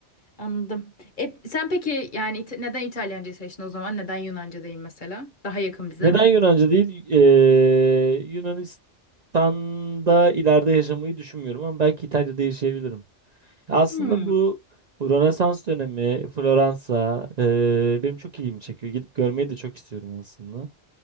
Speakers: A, on the left; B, on the right.
A: anladım. E, sen peki yani İta- neden İtalyancayı seçtin o zaman? Neden Yunanca değil mesela? Daha yakın bize.
B: Neden Yunanca değil? Ee, Yunanistan'da ileride yaşamayı düşünmüyorum ama belki İtalya'da yaşayabilirim. Aslında
A: Hmm,
B: bu Rönesans dönemi, Floransa ee, benim çok ilgimi çekiyor. Gidip görmeyi de çok istiyorum aslında.